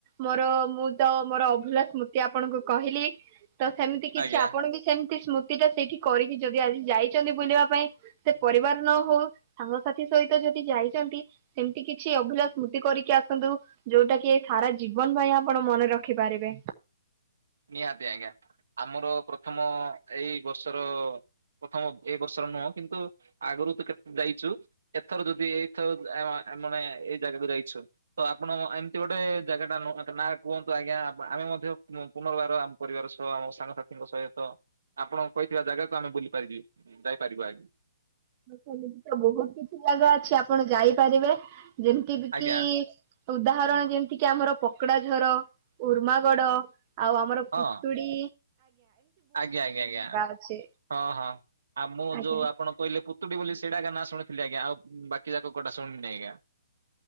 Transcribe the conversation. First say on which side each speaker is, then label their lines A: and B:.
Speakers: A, on the right; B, on the right.
A: ମୋର ମୁଁ ତ ମୋର ଅଭୁଲା ସ୍ମୃତି ଆପଣଙ୍କୁ କହିଲି ତ ସେମିତି କିଛି
B: ଆଜ୍ଞା।
A: ଆପଣ ବି ସେମ ସ୍ମୃତି ଟା ସେଇଠି କରିକି ଯଦି ଆଜି ଯାଇଛନ୍ତି ବୁଲିବା ପାଇଁ ସେ ପରିବାର ନ ହଉ ସାଙ୍ଗସାଥି ସହିତ ଯଦି ଯାଇଛନ୍ତି ସେମ ତି କିଛି ଅଭିଲା ସ୍ମୃତି କରିକି ଆସନ୍ତୁ ଯୋଉଟା କି ଏ ସାରା ଜୀବନ ପାଇଁ ଆପଣ ମନେ ରଖି ପାରିବେ।
B: ନିହାତି ଆଜ୍ଞା ଆମର ପ୍ରଥମ ଏଇ ବର୍ଷର ପ୍ରଥମ ଏଇ ବର୍ଷର ନୁହଁ କିନ୍ତୁ ଆଗରୁ ତ କେତେ ଯାଇଛୁ। ଏଥର ଯଦି ଏଇଥର ଆମ ମାନେ ଏଇ ଜାଗାକୁ ଯାଇଛୁ ତ ଆପଣ ଏମିତି ଗୋଟେ ଜାଗା ଟା ନ ନା କୁହନ୍ତୁ ଆଜ୍ଞା ଆ ଆମେ ମଧ୍ୟ ପୁନ ପୁନର୍ବାର ଆମ ପରିବାର ସହ ଆମ ସାଙ୍ଗସାଥିୀଙ୍କ ସହିତ ଆପଣଙ୍କ କହିଥିବା ଜାଗାକୁ ଆମେ ବୁଲି ପାରିବି ଯାଇପାରିବା ଆଗ
A: ଖ ତ ବହୁତ କିଛି ଜାଗା ଅଛି ଆପଣ ଯାଇପାରିବେ ଯେମିତି
B: ଆଜ୍ଞା
A: କି ଉଦାହରଣ ଯେମିତି କିି ଆମର ପକଡ଼ା ଝର, ଉର୍ମାଗଡ଼ ଆଉ ଆମର କୁତୁଡ଼ି
B: ହଁ ଆଜ୍ଞା ଆଜ୍ଞା ଆଜ୍ଞା
A: ଅଛି
B: ହଁ ହଁ ଆ ମୁଁ
A: ଆଜ୍ଞା
B: ଯୋଉ ଆପଣ କହିଲେ ପୁ ତୁଡ଼ି ବୋଲି ସେଇଟା ଏଗା ନା ଶୁଣିଥିଲ ଆଜ୍ଞା ଆଉ ବାକି ଯାକ କୋଉଟା ଶୁଣିନି ଆଜ୍ଞା।